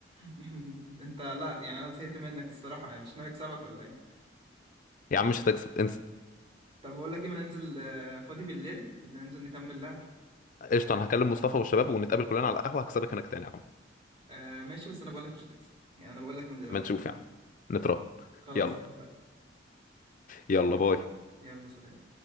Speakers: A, on the right (about 30°); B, on the left (about 45°).
A: <laughs> انت لا يعني انا زهقت منك الصراحه يعني مش ناوي اكسبك ولا ايه
B: يا عم مش هتكسب انسى
A: طب بقول لك ايه ما ننزل آه، فاضي بالليل ننزل نكمل لعب
B: قشطة أنا هكلم مصطفى والشباب ونتقابل كلنا على القهوة هكسبك هناك تاني يا عم
A: آه ماشي بس انا بقول لك مش هتكسب يعني انا بقول لك من دلوقتي
B: ما نشوف يعني نتراهن
A: خلاص
B: يلا
A: اتفقنا
B: يلا باي
A: يلا سلام